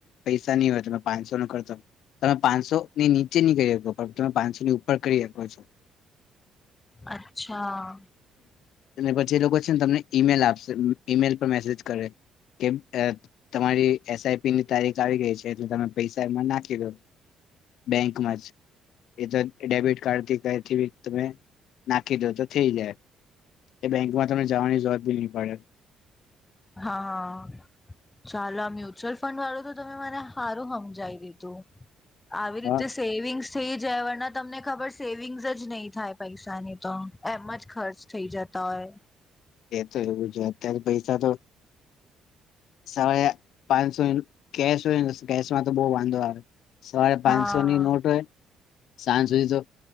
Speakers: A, on the left (about 70°); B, on the left (about 15°).
A: પૈસા ની હોય, તો તમા પાંચસો નો ખર્ચો. તમે પાંનસોની નીચે ની કરી હકો પણ તમે પાંનસોની ઉપર કરી હકો છોશ
B: અચ્છા.
A: અને પછી એ લોકો છે ને તમને ઈમેલ આપશે. ઈમેલ પર મેસેજ કરે કે અ તમારી એસ આઈ પી ની તારીખ આવી ગેઈ છે એટલે તમે પૈસા એમાં નાંખી દો. બેંકમાં જ, એ તો એ ડેબિટ કાર્ડથી કયથી બી તમે નાંખી દો તો થેઈ જાય, એ બેંકમાં તમને જવાની જરૂરત બી ની પડે.
B: હાં, ચાલો આ મ્યુચ્યુઅલ ફંડવાળું તો તમે મને હારું હમજાઈ દીધું. આવી
A: હા
B: રીતે સેવિંગસ થી જ ના તમને ખબર સેવિંગ્સ જ નઈ થાય પૈસાની તો, એમ જ ખર્ચ થઈ જતા હોય.
A: એ તો એવું જ <unintelligible> પૈસા તો <unintelligible> પાંનસો <unintelligible> કેશ હોય ને કેશમાં તો બઉ વાંધો આવે. સવારે પાંનસો
B: હા
A: ની નોટ હોય સાંજ સુધી તો